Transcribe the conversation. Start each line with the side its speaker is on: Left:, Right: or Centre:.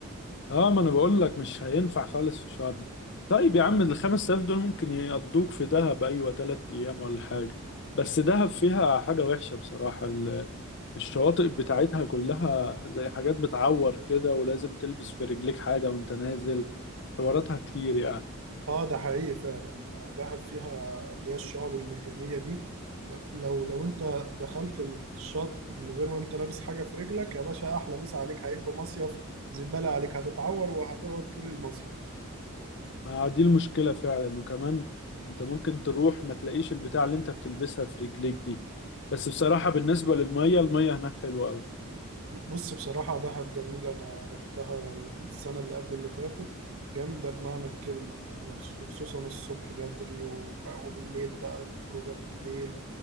Left: اه ما انا بقول لك مش هينفع خالص في شرم طيب يا عم ال 5000 دول ممكن يقضوك في دهب ايوه تلات ايام ولا حاجه بس دهب فيها حاجه وحشه بصراحه ال- الشواطئ بتاعتها كلها زي حاجات بتعور كده ولازم تلبس في رجليك حاجه وانت نازل حواراتها كتير يعني
Right: اه ده حقيقي فعلا آه، دهب فيها اللي هي الشعاب المرجانية دي لو لو لو انت دخلت الشط من غير ما انت لابس حاجة في رجلك يا باشا احلى مسا عليك هيبقى مصيف زبالة عليك هتتعور وهتقعد طول المصيف
Left: ما دي المشكله فعلا وكمان انت ممكن تروح ما تلاقيش البتاع اللي انت بتلبسها في رجليك دي بس بصراحه بالنسبه للميه الميه هناك حلوه قوي
Right: بص بصراحة دهب جميلة انا رحتها السنة اللي قبل اللي فاتت جامدة بمعنى الكلمة يعني وخصوصا الصبح بدري و- وبالليل بقى الخروجات بالليل